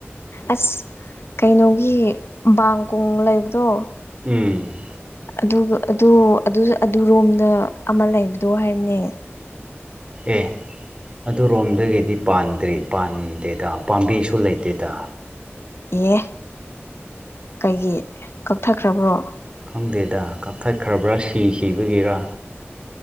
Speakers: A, on the left; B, on the right.
A: ꯑꯁ ꯀꯩꯅꯣꯒꯤ ꯕꯥꯡ ꯀꯣꯡ ꯂꯩꯕꯗꯣ꯫
B: ꯎꯝ꯫
A: ꯑꯗꯨꯒ ꯑꯗꯨ ꯑꯗꯨ ꯑꯗꯨꯔꯣꯝꯗ ꯑꯃ ꯂꯩꯕꯗꯣ ꯍꯥꯏꯝꯅꯦ꯫
B: ꯑꯦ ꯑꯗꯨꯔꯣꯝꯗꯒꯤꯗꯤ ꯄꯥꯟꯗ꯭ꯔꯤ ꯄꯥꯟꯗꯦꯗ ꯄꯥꯝꯕꯤꯁꯨ ꯂꯩꯇꯦꯗ꯫
A: ꯑꯦ꯫ ꯀꯩꯒꯤ ꯀꯛꯊꯈ꯭ꯔꯕ꯭ꯔꯣ꯫
B: ꯈꯪꯗꯦꯗ ꯀꯛꯊꯠꯈ꯭ꯔꯕ꯭ꯔꯥ ꯁꯤꯈꯤꯕꯒꯤꯔꯥ꯫